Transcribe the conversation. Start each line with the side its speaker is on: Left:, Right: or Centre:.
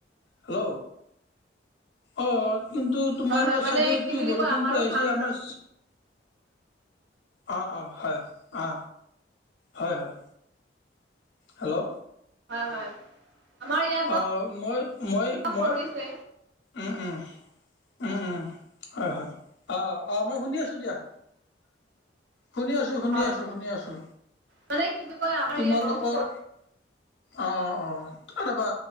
Left: হেল্ল, অ কিন্তু তোমাৰ
Right: হয়
Left: আকৌ
Right: হয় মানে
Left: চাদে এইটো
Right: কি বুলি
Left: বৰষুণতটো
Right: কয় আমাৰো
Left: আহিছে
Right: ধান
Left: আমাৰ অ, অ, হয় অ, হয় হয় হেল্ল,
Right: হয় হয়। আমাৰ ইয়াত বাৰু
Left: অ, মই মই মই
Right: পৰিছে
Left: উম, উম, উম উম হয় হয়। অ অ মই শুনি আছো দিয়া শুনি আছো, শুনি
Right: হয়
Left: আছো, শুনি আছো,
Right: মানে কি বুলি কয় আমাৰ
Left: তোমালোকৰ।
Right: ইয়াত বৰষুণ পৰে
Left: অ, অ, অ, ৰবা